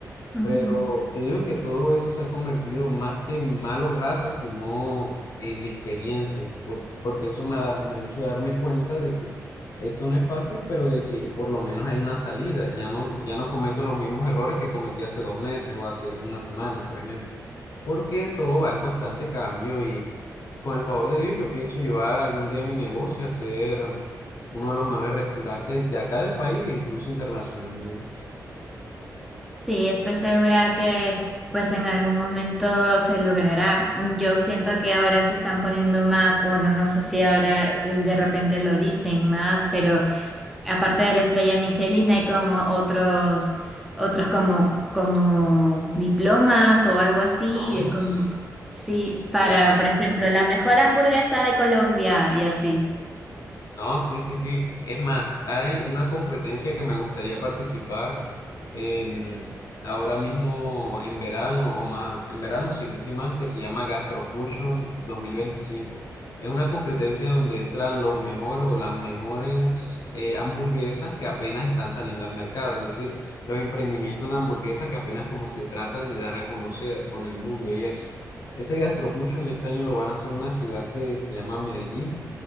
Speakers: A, in the centre; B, on the left (about 60°).
A: Ujú.
B: Pero yo digo que todo eso se ha convertido más que en malos ratos, sino en experiencias, por- porque eso me ha, me ha hecho darme cuenta de que esto no es fácil, pero de que por lo menos hay una salida. Ya no, ya no cometo los mismos errores que cometí hace dos meses o hace una semana, por ejemplo, porque todo va en constante cambio y con el favor de Dios yo pienso llevar algún día mi negocio a ser uno de los mejores restaurantes de acá del país e incluso internacionalmente.
A: Sí, estoy segura que pues en algún momento se logrará. Mm, Yo siento que ahora se están poniendo más, bueno, no sé si ahora eh, de repente lo dicen más, pero aparte de la estrella Michelin hay como otros, otros como, como diplomas o algo así,
B: No,
A: eh,
B: sí,
A: como sí, para,
B: claro.
A: por ejemplo, la mejor hamburguesa de Colombia y así.
B: No, sí, sí, sí. Es más, hay una competencia que me gustaría participar em, ahora mismo en verano o más, en verano, si no estoy mal, que se llama Gastrofusion dos mil veinticinco. Es una competencia donde entran los mejores o las mejores eh, hamburguesas que apenas están saliendo al mercado, es decir, los emprendimientos de hamburguesas que apenas como se tratan de dar a conocer con el mundo y eso. Ese Gastrofusion este año lo van a hacer en una ciudad que se llama Medellín.